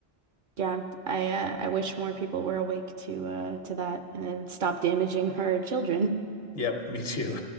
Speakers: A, on the right; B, on the left.
A: Yeah. I uh, I wish more people were awake to uh to that and it would stop damaging <laughs> her children.
B: Yep, me too.